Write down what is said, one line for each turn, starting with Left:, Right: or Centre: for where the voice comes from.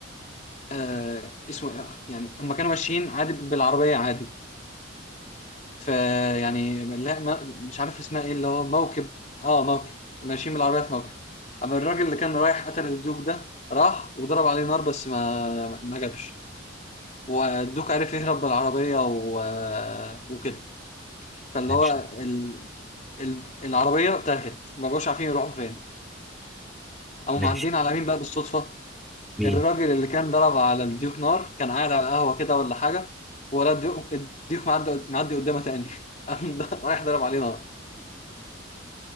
Left: آه اسمه إيه؟ يعني هم كانوا ماشيين عادي بالعربية عادي في يعني لا ما مش عارف اسمها ايه اللي هو موكب اه موكب ماشيين بالعربيه في موكب اما الراجل اللي كان رايح قتل الدوك ده راح وضرب عليه نار بس ما ما جابش والدوك عرف يهرب بالعربيه و... وكده فاللي
Centre: ماشي
Left: هو ال... ال... العربيه تاهت ما بقوش عارفين يروحوا فين قاموا
Centre: ماشي
Left: معديين على مين بقى بالصدفه
Centre: مين
Left: الراجل اللي كان ضرب على الديوك نار كان قاعد على القهوه كده ولا حاجه ولا الديوك الديوك معدي معدي قدامه تاني <laughs> قام رايح ضرب عليه نار